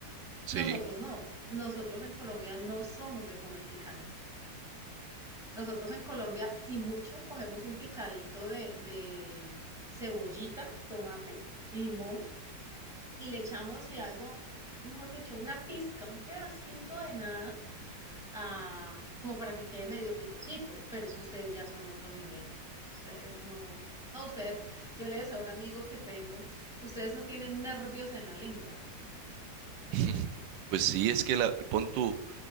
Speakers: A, on the right; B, in the centre.
A: sí.
B: Nosotros no. Nosotros en Colombia no somos de comer picante. Nosotros en Colombia, si mucho, cogemos un picadito de, de cebollita, tomate, limón y le echamos, y algo, mejor dicho, una pizca, un pedacito de nada a- como para que quede medio picosito, pero es que ustedes ya son otro nivel. Ustedes no, no, ustedes, yo le decía a un amigo que tengo, ustedes no tienen nervios en la lengua.
A: <laughs> Pues sí, es que la, pon tú